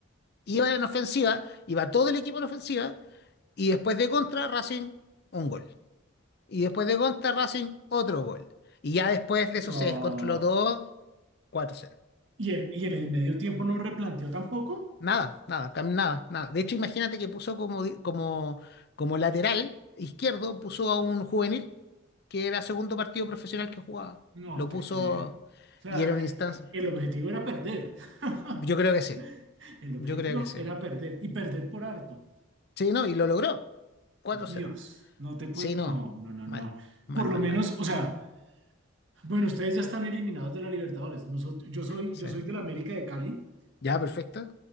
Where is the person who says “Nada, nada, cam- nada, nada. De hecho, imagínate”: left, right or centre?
Left